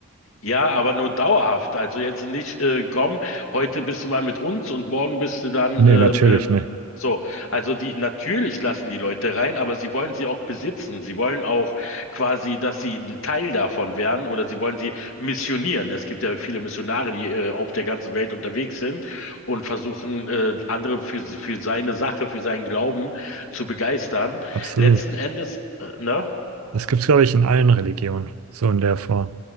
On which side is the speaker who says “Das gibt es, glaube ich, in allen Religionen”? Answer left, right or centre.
Right